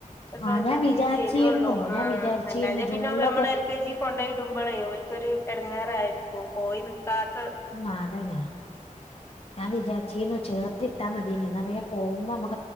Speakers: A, on the left; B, on the left.
A: ഒക്കെധതിൽ
B: ആഹ് ഞാൻ വിചാരിച്ചിരുന്നു
A: വരുള്ളൂ ആ
B: ഞാൻ വിചാരിച്ചിരുന്നു
A: അല്ലാതെ
B: ജൂണിലൊക്കെ
A: പിന്നെ നമ്മളെ എൽ കെ ജി കൊണ്ടയി ഇടുമ്പോളേ ഇടങ്ങാറായിരിക്കും പോയി നി ക്കാത്ത
B: ഉ അതനെ നാ വിചാരിച്ചിന ചേർത്തിട്ടാ മതിനിന്ന വേം പോകുമ്പമ്മക്ക്